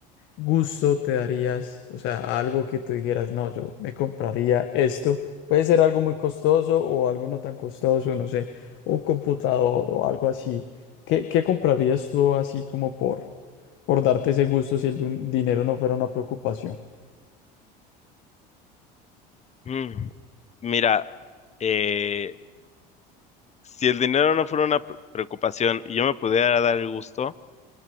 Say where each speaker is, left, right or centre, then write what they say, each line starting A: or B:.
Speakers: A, on the left (about 65°); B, on the left (about 30°).
A: gusto te darías? O sea, algo que tú dijeras, no, yo me compraría esto, puede ser algo muy costoso o algo no tan costoso, no sé, un computador o algo así, ¿qué, qué comprarías tú así como por, por darte ese gusto si el dun- dinero no fuera una preocupación?
B: Mm, Mira, eh, si el dinero no fuera una pr- preocupación y yo me pudiera dar el gusto,